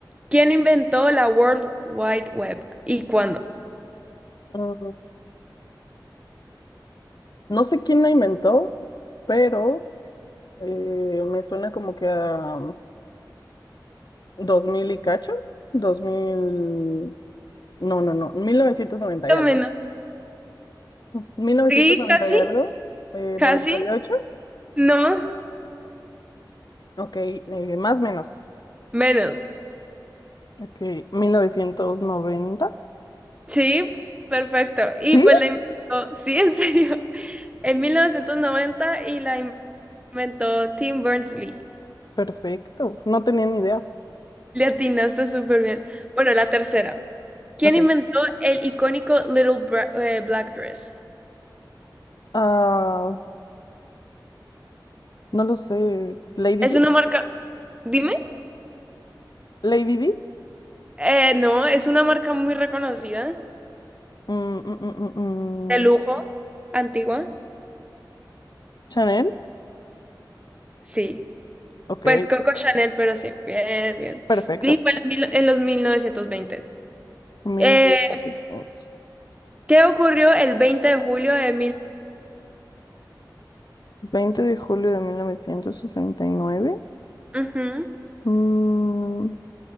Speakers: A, on the right; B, on the left.
A: ¿Quién inventó la World Wide Web y cuándo?
B: mm, no sé quién la inventó, pero eh, me suena como que a 2000 y cacho, 2000 no, no, no, 1990
A: Lo
B: y algo.
A: menos.
B: mil novecientos
A: Sí,
B: noventa
A: casi,
B: y algo, eh,
A: casi,
B: 98,
A: no,
B: ok, eh, más o menos,
A: menos.
B: ok, 1990
A: Sí, perfecto. Y
B: sí,
A: pues la inventó, <laughs> sí, en serio, en 1990 y la inventó Tim Berners-Lee.
B: perfecto, no tenía ni idea,
A: Le atinaste súper bien. Bueno, la tercera. ¿Quién
B: ok,
A: inventó el icónico Little Bra- eh, Black Dress?
B: ah, no lo sé, Lady
A: Es
B: D,
A: una marca. Dime.
B: Lady D,
A: Eh, no, es una marca muy reconocida.
B: Mm, mm, mm, mm, mm,
A: De lujo, antigua,
B: Chanel,
A: sí.
B: ok,
A: Pues Coco Chanel, pero sí, bien, bien.
B: perfecto,
A: Y fue en, mil- en los 1920.
B: mil
A: Eh,
B: novecientos veinte
A: ¿qué ocurrió el 20 de julio de
B: veinte de julio de mil novecientos sesenta y nueve
A: 1969? Ujú,
B: mm,